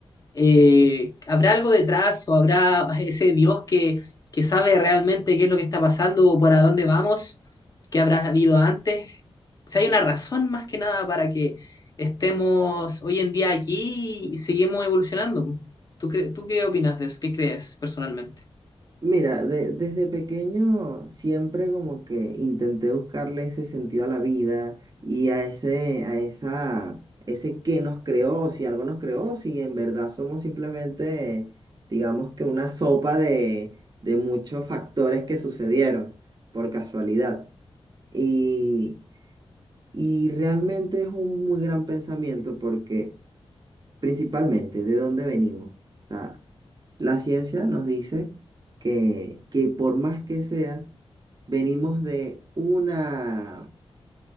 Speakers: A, on the left; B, on the right.
A: Eh, ¿Habrá algo detrás o habrá ese Dios que, que sabe realmente qué es lo que está pasando o para dónde vamos? ¿Qué habrá habido antes? Si hay una razón más que nada para que estemos hoy en día aquí y seguimos evolucionando. ¿Tú, cre ¿Tú qué opinas de eso? ¿Qué crees personalmente?
B: Mira, de- desde pequeño siempre como que intenté buscarle ese sentido a la vida y a ese, a esa, ese qué nos creó, si algo nos creó, si en verdad somos simplemente, digamos que una sopa de, de muchos factores que sucedieron por casualidad. Y, y realmente es un muy gran pensamiento porque principalmente de dónde venimos. O sea, la ciencia nos dice que, que por más que sea, venimos de una,